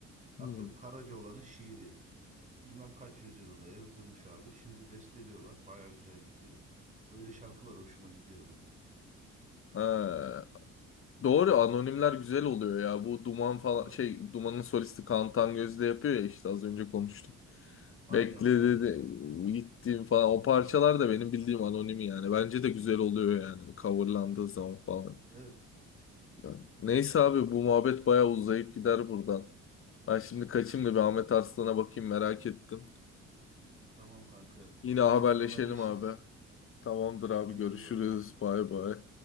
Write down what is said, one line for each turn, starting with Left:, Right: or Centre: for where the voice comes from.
Right: Atıyorum
Left: Hmm.
Right: Karacaoğlan'ın şiiri. Bilmem kaç yüzyılında yazılmış abi. Şimdi besteliyorlar. Baya güzel gidiyor. Öyle şarkılar hoşuma gidiyor benim.
Left: He. Doğru
Right: Hı hı.
Left: anonimler güzel oluyor ya. Bu Duman falan
Right: Evet.
Left: şey Duman'ın solisti Kaan Tangöz de yapıyor ya işte az önce konuştuk.
Right: Aynen
Left: Bekle
Right: aynen.
Left: dedi gittiğim falan o parçalar da benim bildiğim anonim yani. Bence de güzel oluyor yani coverlandığı zaman falan.
Right: Evet.
Left: Ya, Neyse abi bu muhabbet bayağı uzayıp gider buradan. Ben şimdi kaçayım da bir Ahmet Arslan'a bakayım merak ettim.
Right: Tamam kanka.
Left: Yine
Right: Yine
Left: haberleşelim
Right: haberleşiriz.
Left: abi. Tamamdır abi
Right: Kendine
Left: görüşürüz.
Right: iyi bak.
Left: Bay bay.